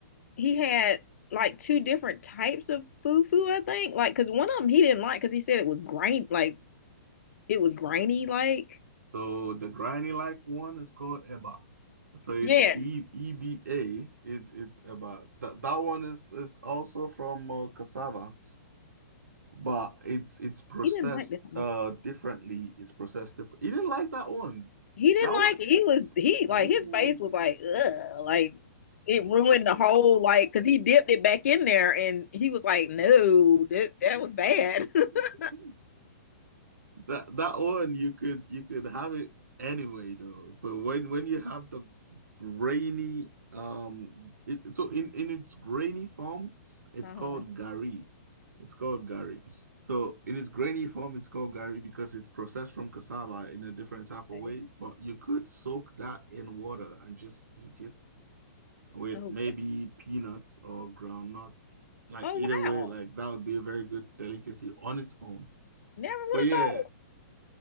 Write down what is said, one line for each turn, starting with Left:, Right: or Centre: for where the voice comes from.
Left: he had like two different types of fufu, I think. Like, cause one of them he didn't like because he said it was grain, like it was grainy. Like,
Right: so the granny like one is called eba. So it's
Left: yes,
Right: E E B A. It it's eba. That that one is is also from uh, cassava, but it's it's processed
Left: he didn't like that one.
Right: uh differently. It's processed different. You didn't like that one.
Left: He didn't
Right: That one.
Left: like it. He was he
Right: Ooh.
Left: like his face was like ugh, like it ruined the whole like because he dipped it back in there and he was like, no, that that was bad. <laughs>
Right: <laughs> That that one you could you could have it anyway though. So when when you have the grainy um it, so in in its grainy form, it's
Left: Uh-huh.
Right: called gari. It's called gari. So in its grainy form, it's called gari because it's processed from cassava in a different type of
Left: Okay.
Right: way. But you could soak that in water and just eat it with
Left: Oh,
Right: maybe peanuts or ground nuts. Like
Left: oh
Right: either way,
Left: wow!
Right: like that would be a very good delicacy on its own.
Left: Never
Right: But
Left: would have
Right: yeah.
Left: thought.